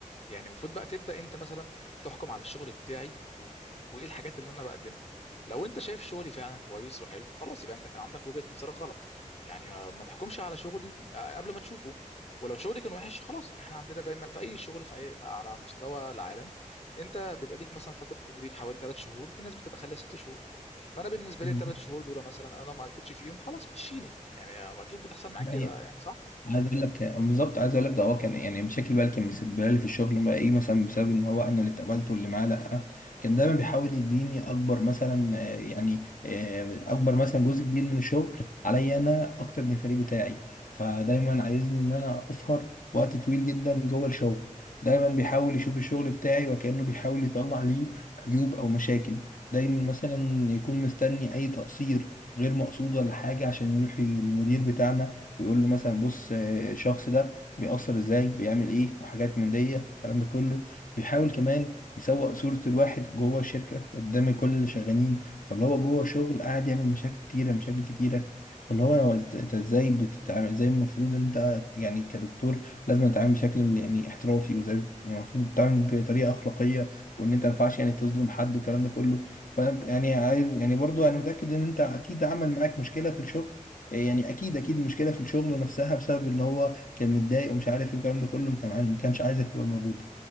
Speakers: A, on the left; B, on the left.
A: يعني المفروض بقى تبدأ انت مثلا تحكم على الشغل بتاعي و... وايه الحاجات اللي انا بقدمها لو انت شايف شغلي فعلا كويس وحلو خلاص يبقى انت كان عندك وجهة نظر غلط يعني ما, ما تحكمش على شغلي آه، قبل ما تشوفه ولو شغلي كان وحش خلاص احنا عندنا دايما في اي شغل في أي... على مستوى العالم انت بيبقى ليك مثلا فترة تدريب حوالي ثلاث شهور في ناس بتبقى خلال ست شهور فانا بالنسبه
B: مم.
A: لي الثلاث شهور دول مثلا انا لو ما قدتش فيهم خلاص مشيني يعني اكيد بتحصل معاك
B: يعني
A: كده يعني صح
B: عايز اقول لك بالظبط عايز اقول لك ده هو كان يعني مشاكل بقى اللي كان مسببها لي في الشغل ما ايه مثلا بسبب ان هو انا اللي اتقبلت واللي معاه لا كان دايما بيحاول يديني اكبر مثلا آه، يعني آه، اكبر مثلا جزء كبير من الشغل عليا انا اكتر من الفريق بتاعي فدايما عايزني ان انا اسهر وقت طويل جدا جوه الشغل دايما بيحاول يشوف الشغل بتاعي وكأنه بيحاول يطلع ليه عيوب او مشاكل دايما مثلا يكون مستني اي تقصير غير مقصود ولا حاجة عشان يروح المدير بتاعنا ويقول له مثلا بص آه، الشخص ده بيأثر ازاي بيعمل ايه وحاجات من دي الكلام ده كله بيحاول كمان يسوق صورة الواحد جوه الشركة قدام كل اللي شغالين فاللي هو جوه شغل قاعد يعمل مشاكل كتيرة مشاكل كتيرة فاللي هو هو إت- انت ازاي بتتعامل ازاي المفروض انت يعني كدكتور لازم تتعامل بشكل يعني احترافي وازاي بت- المفروض تتعامل بطريقة أخلاقية وان انت ما ينفعش يعني تظلم حد والكلام ده كله فانت يعني عايز يعني برضو انا متأكد ان انت اكيد عمل معاك مشكلة في الشغل يعني اكيد اكيد مشكله في الشغل نفسها بسبب ان هو كان متضايق ومش عارف ايه والكلام ده كله ما كان عايز- ما كانش عايزك تبقى موجوده